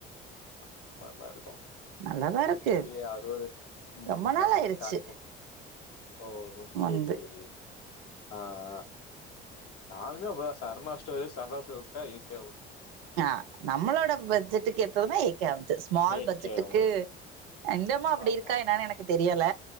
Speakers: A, on the left (about 50°); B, on the right (about 70°).
A: அதுலா நல்லா இருக்கு
B: நல்லாதா
A: அது இதி
B: இருக்கு
A: சொல்லிய அதோட உம்
B: ரொம்ப நாள்
A: பச்சஸ்டாங்கு
B: ஆயிருச்சு
A: ஓ சேர்
B: வந்து
A: சேரி ஆஹ் அஹ் நானுமே அப்டிதா சரணாஸ்டோரே சரணாஸ்டோர் விட்டா ஏ கேய் ஒன்
B: ஆஹ் நம்ளோட பட்ஜெட்டுக்கு எத்ததுமே ஏக் கை ஒன்து ஸ்மால்
A: ஏ
B: பட்ஜெட்டுக்கு
A: கே வரும்.
B: என்டம்மா அப்டி
A: ஆமா.
B: இருக்கா என்னானு எனக்குத் தெரியல